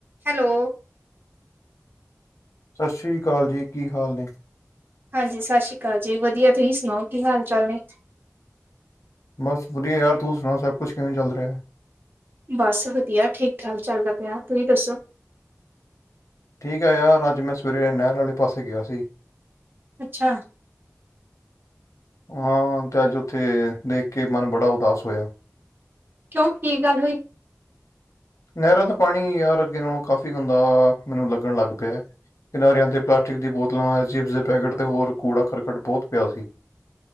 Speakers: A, on the right; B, on the left.
A: Hello.
B: ਸਤਿ ਸ੍ਰੀ ਅਕਾਲ ਜੀ! ਕੀ ਹਾਲ ਨੇ?
A: ਹਾਂਜੀ, ਸਤਿ ਸ਼੍ਰੀ ਅਕਾਲ ਜੀ, ਵਧੀਆ! ਤੁਸੀਂ ਸੁਣਾਓ, ਕੀ ਹਾਲ-ਚਾਲ ਨੇ?
B: ਬਸ ਵਧੀਆ ਯਾਰ, ਤੂੰ ਸੁਣਾ ਸਭ ਕੁਛ ਕਿਵੇਂ ਚੱਲ ਰਿਹਾ?
A: ਬਸ ਵਧੀਆ, ਠੀਕ-ਠਾਕ ਚੱਲਦਾ ਪਿਆ, ਤੁਸੀਂ ਦੱਸੋ?
B: ਠੀਕ ਐ ਯਾਰ, ਅੱਜ ਮੈਂ ਸਵੇਰੇ ਨਹਿਰ ਵਾਲੇ ਪਾਸੇ ਗਿਆ ਸੀ।
A: ਅੱਛਾ।
B: ਹਾਂ, ਤੇ ਅੱਜ ਓਥੇ ਦੇਖ ਕੇ ਮਨ ਬੜਾ ਉਦਾਸ ਹੋਇਆ।
A: ਕਿਉਂ ਕੀ ਗੱਲ ਹੋਈ?
B: ਨਹਿਰਾਂ ਦਾ ਪਾਣੀ, ਯਾਰ, ਅੱਗੇ ਨਾਲੋਂ ਕਾਫ਼ੀ ਗੰਦਾ ਮੈਨੂੰ ਲੱਗਣ ਲੱਗ ਪਿਆ। ਕਿਨਾਰਿਆਂ 'ਤੇ ਪਲਾਸਟਿਕ ਦੀ ਬੋਤਲਾਂ, ਚਿਪਸ ਦੇ ਪੈਕੇਟ ਤੇ ਹੋਰ ਕੂੜਾ-ਕਰਕਟ ਬਹੁਤ ਪਿਆ ਸੀ।